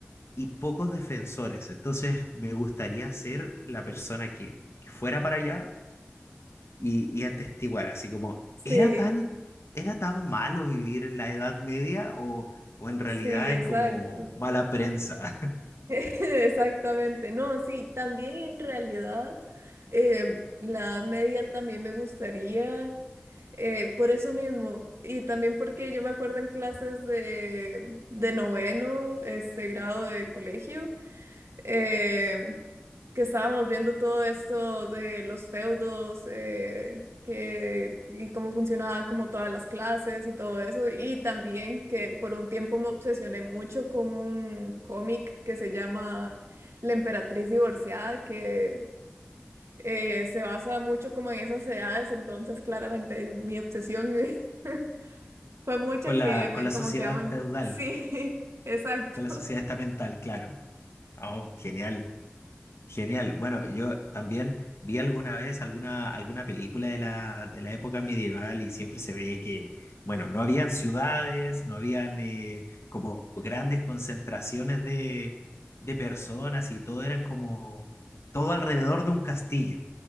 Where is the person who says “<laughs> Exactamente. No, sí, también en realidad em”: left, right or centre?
Right